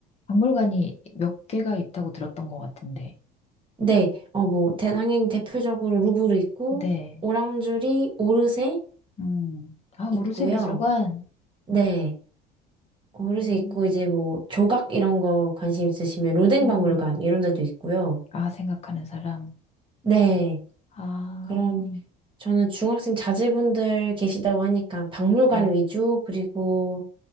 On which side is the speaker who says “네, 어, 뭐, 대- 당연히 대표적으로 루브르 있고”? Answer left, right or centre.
Right